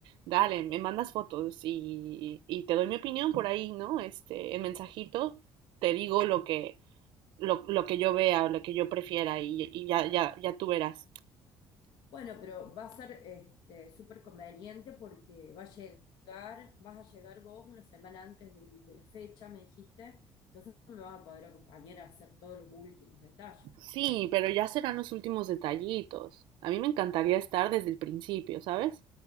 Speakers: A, on the right; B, on the left.
A: dale, me mandas fotos y, y te doy mi opinión por ahí, ¿no? Este, en mensajito te digo lo que, lo, lo que yo vea o lo que yo prefiera y, y ya, ya, ya tú verás.
B: Bueno, pero va a ser este, súper conveniente porque va a llegar, vas a llegar vos una semana antes del- de, la fecha, me dijiste, entonces me vas a poder acompañar a hacer todos los últimos detalles.
A: Sí, pero ya serán los últimos detallitos. A mí me encantaría estar desde el principio, ¿sabes?